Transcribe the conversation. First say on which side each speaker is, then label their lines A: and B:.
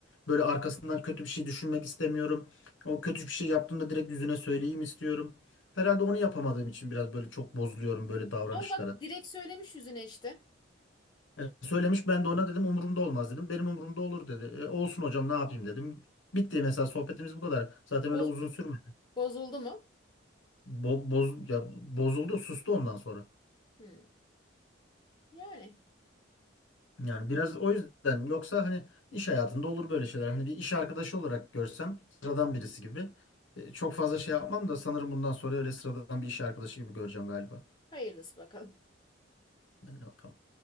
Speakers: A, on the left (about 75°); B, on the left (about 20°).
A: böyle arkasından kötü bir şey düşünmek istemiyorum. O kötü bir şey yaptığımda direkt yüzüne söyleyeyim istiyorum. Herhalde onu yapamadığım için biraz böyle çok bozuluyorum böyle davranışlara.
B: Ama bak direkt söylemiş yüzüne işte.
A: E, söylemiş ben de ona dedim umurumda olmaz dedim. Benim umurumda olur dedi. E, olsun hocam ne yapayım dedim. Bitti mesela sohbetimiz bu kadar. Zaten
B: Boz-
A: öyle uzun sürmedi.
B: bozuldu mu?
A: Bo- boz ya bozuldu, sustu ondan sonra.
B: Hmm. Yani
A: Yani biraz o yüzden yoksa hani iş hayatında olur böyle şeyler. Hani bir iş arkadaşı olarak görsem sıradan birisi gibi. E, çok fazla şey yapmam da sanırım bundan sonra öyle sıradan bir iş arkadaşı gibi göreceğim galiba.
B: hayırlısı bakalım.
A: Yani bakalım.